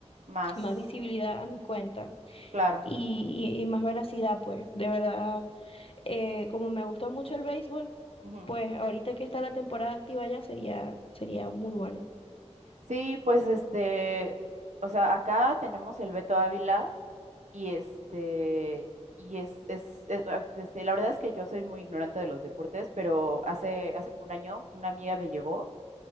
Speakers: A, on the right; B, on the left.
A: más
B: más visibilidad a mi cuenta.
A: claro.
B: y, y- y más veracidad, pues. De verdad, eh, como me gusta mucho el béisbol,
A: ujú.
B: pues ahorita que está la temporada activa ya sería, sería muy bueno.
A: Sí, pues este, o sea, acá tenemos el Beto Ávila y este, y es, es, es- a- este, la verdad es que yo soy muy ignorante de los deportes, pero hace, hace como un año una amiga me llevó